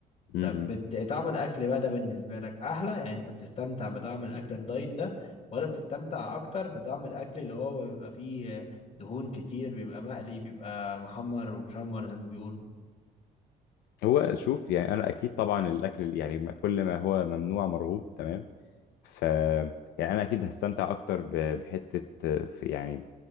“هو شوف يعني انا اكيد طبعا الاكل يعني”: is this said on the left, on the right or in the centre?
Left